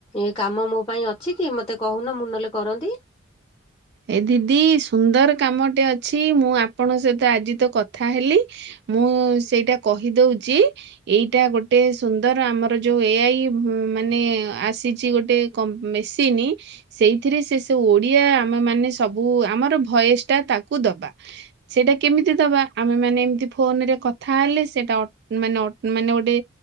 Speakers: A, on the left; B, on the right.
A: ଏ କାମ ମୋ ପାଇଁ ଅଛି କି ମତେ କହୁନ ମୁଁ ନହେଲେ କରନ୍ତି।
B: ଏ ଦିଦି ସୁନ୍ଦର କାମଟେ ଅଛି ମୁଁ ଆପଣଙ୍କ ସହିତ ଆଜି ତ କଥା ହେଲି ମୁଁ ସେଇଟା କହିଦଉଛି ଏଇଟା ଗୋଟେ ସୁନ୍ଦର ଆମର ଯୋଉ ଏଆଇ ମାନେ ଆସିଛି ଗୋଟେ କ ମେସିନ ସେଥିରେ ସେ ଓଡ଼ିଆ ଆମେ ମାନେ ସବୁ ଆମର ଭୟସ ଟା ତାକୁ ଦବା। ସେଇଟା କେମିତି ଦବା ଆମେ ମାନେ ଏମତି ଫୋନ ରେ କଥା ହେଲେ ସେଇଟା ଅ ମାନେ ଅ ମାନେ ଗୋଟେ